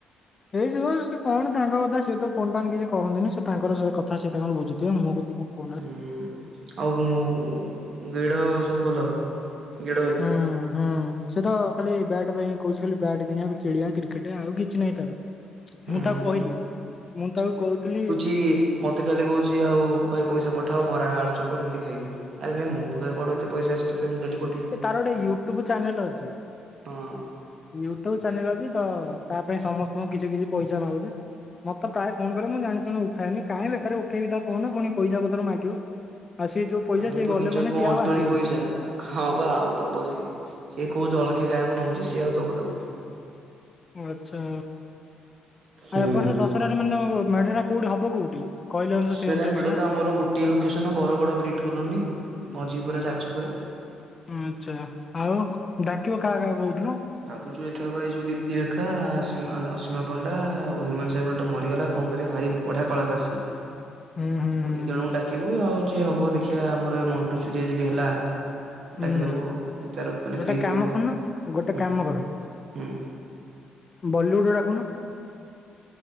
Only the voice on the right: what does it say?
ହୁଁ ଆଉ ଉଁ ଗିଡ ସବୁ ଭଲ ଗିଡ ଭା
ହୁଁ।
ଇ ମତେ ଖାଲି କହୁଛି ଆଉ ଭାଇ ପଇସା ପଠା ବରା, ଆଳୁ ଚପ ଏମିତି ଖାଇବି। ଆରେ ଭାଇ ମୋ ପାଖରେ କୁଆଡୁ ଏତେ ପଇସା ଆସିବ ତତେ ମୁଁ ଡେଲି ପଠେଇବି।
ହଁ।
ଆମକୁ
ନିଜକୁ
ଅଣ୍ଟୁନି
ପଇସା ହଁ ପା ଆଉ ଦବ ସିଏ ସିଏ କୋଉ ଜଳଖିଆ ଖାଇବାକୁ ନଉଛି ସିଏ ଆଉ ଦବ ତାକୁ।
ହୁଁ।
ଦଶହରା
ମେଢ଼
ତ ଆମର ଗୋଟିଏ ଲୋକେସନ ବରଗଡ ବ୍ରିଟ କଲୋନୀ ମଝି ପୁରା ଚାରି ଛକରେ।
ଭାବୁଛୁ ଏଥରକ ଏଇ ଯୋଉ ଦୀପ୍ତି ରେଖା ଅସୀମା ଅସିମା ପଣ୍ଡା ଆଉ ହ୍ୟୁମାନ ସାଗର ତ ମରିଗଲା କଣ କରିବା ଭାରି ବଢିଆ କଳାକାର ସିଏ।
<unintelligible> ଡାକିବୁ ଆଉ ଯିଏ ହବ ଦେଖିବା ଆମର ଏ ମଣ୍ଟୁ ଚୁରିଆ ଯଦି ହେଲା।
ଡାକିଦବୁ
ଆଉ ଯଦି ତାର ମାନେ
ଫ୍ରି
ଥିବ।
ହୁଁ
ହୁଁ